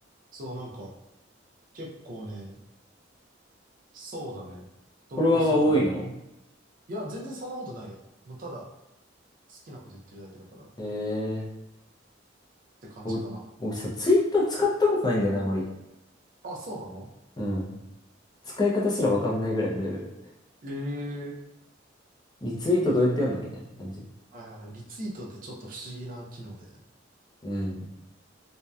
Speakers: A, on the right (about 45°); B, on the left (about 20°).
A: そう、なんか、結構ね、そうだね、投稿するから、
B: フォロワーは多いの
A: いや、全然そんなことないよ。もうただ、好きなこと言ってるだけだから、っ
B: へえ。
A: て感じかな。
B: 僕、僕さ、ツイッター使ったことないんだよね、あまり。
A: あ、そうなの
B: うん。使い方すらわかんないぐらいのレベル。
A: ええー
B: リツイートどうやってやるのみたいな感じ。
A: はいはいはい。リツイートってちょっと不思議な機能でね、
B: うん。っ